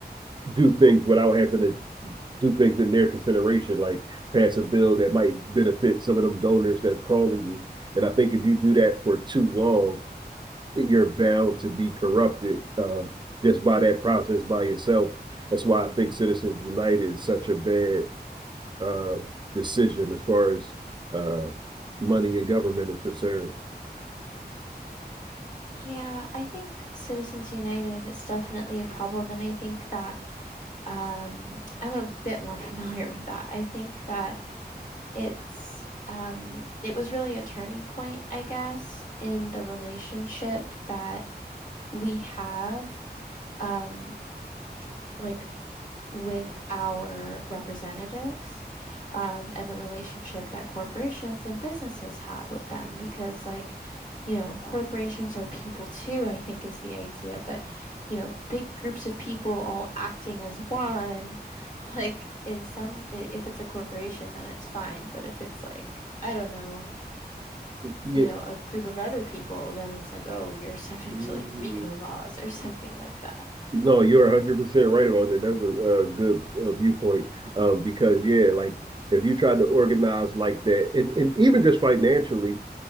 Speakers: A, on the right; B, on the left.
A: do things without having to do things in their consideration, like pass a bill that might benefit some of them donors that's calling you. And I think if you do that for too long, you're bound to be corrupted um, just by that process by yourself. That's why I think Citizens United is such a bad uh, decision as far as uh, money in government is concerned.
B: Yeah, I think Citizens United is definitely a problem, and I think that um, I'm a bit more <laughs> familiar with that. I think that it's um, it was really a turning point, I guess, in the relationship that we have, um, like with our representatives, um, and the relationship that corporations and businesses have with them because, like, you know, corporations are people too, I think is the idea, but, you know, big groups of people all acting as one, <laughs> like, in some if it's a corporation, then it's fine, but if it's like, I don't know,
A: Yeah.
B: you know, a group of other people, then it's like, "Oh, you're <laughs> subject
A: Mm-hmm.
B: to, like, RICO laws," or something like that.
A: No, you're 100% right about that. That's a, a good uh, viewpoint uh, because, yeah, like if you tried to organize like that, and, and even just financially,